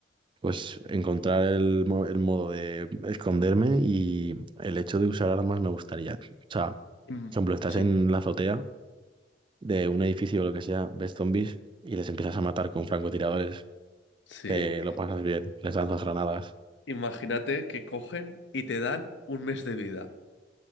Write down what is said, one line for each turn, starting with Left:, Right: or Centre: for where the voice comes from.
Right: pues, encontrar el, mo- el modo de esconderme y el hecho de usar armas me gustaría. O sea,
Left: Mm,
Right: por ejemplo, estás
Left: Sí,
Right: en la azotea de un edificio o lo que sea, ves zombies y les empiezas a matar con francotiradores.
Left: sí.
Right: te lo pasas bien, les lanzas granadas.
Left: Imagínate que cogen y te dan un mes de vida.